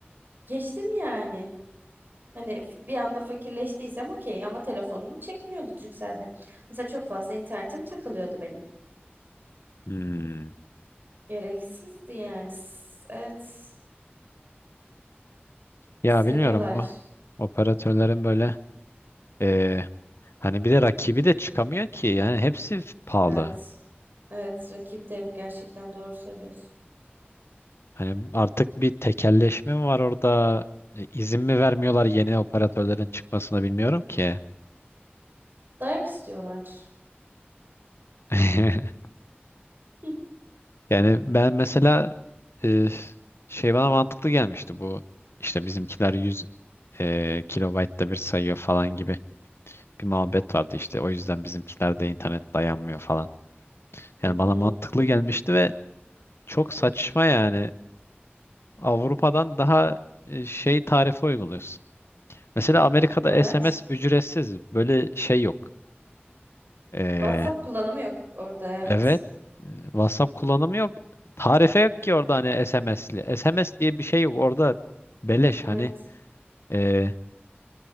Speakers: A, on the right; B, on the left.
A: Geçtim yani. Hani f- bir anda fakirleştiysem okey ama telefonunu çekmiyordu Turkcell'de. Mesela çok fazla internetim takılıyordu benim.
B: Hmm.
A: Gereksizdi yani. S- Evet.
B: Ya
A: Seviyorlar.
B: bilmiyorum bu operatörlerin böyle eee, Hani bir de rakibi de çıkamıyor ki. Yani hepsi f- pahalı.
A: Evet. Evet. Rakibi de yok gerçekten doğru söylüyorsun.
B: Hani artık bir tekelleşme mi var orada? E, İzin mi vermiyorlar yeni operatörlerin çıkmasına bilmiyorum ki.
A: Dayak istiyorlar.
B: <laughs>
A: Hı
B: Yani ben mesela e, şey bana mantıklı gelmişti bu işte bizimkiler 100 e, kilobaytta bir sayıyor falan gibi bir muhabbet vardı işte o yüzden bizimkilerde internet dayanmıyor falan. Yani
A: hı.
B: bana
A: hı.
B: mantıklı gelmişti ve çok saçma yani Avrupa'dan daha e, şey tarife uyguluyorsun. Mesela Amerika'da
A: Evet.
B: SMS ücretsiz. Böyle şey yok. Ee,
A: WhatsApp kullanımı yok orada evet.
B: evet. e, WhatsApp kullanımı yok. Tarife yok ki orada hani SMS'li. SMS diye bir şey yok. Orada beleş
A: Evet.
B: hani e,